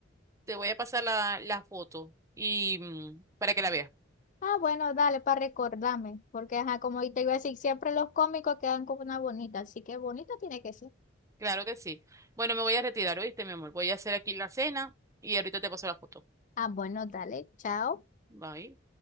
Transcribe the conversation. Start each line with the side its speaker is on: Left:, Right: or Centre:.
Right: te voy a pasar la, la foto y mm, para que la veas.
Left: Ah, bueno, dale, para recordarme, porque ajá, como te iba a decir, siempre los cómicos quedan con una bonita, así que bonita tiene que ser.
Right: Claro que sí. Bueno, me voy a retirar, ¿oíste, mi amor? Voy a hacer aquí la cena y ahorita te paso la foto.
Left: Ah, bueno, dale, chao.
Right: Bye.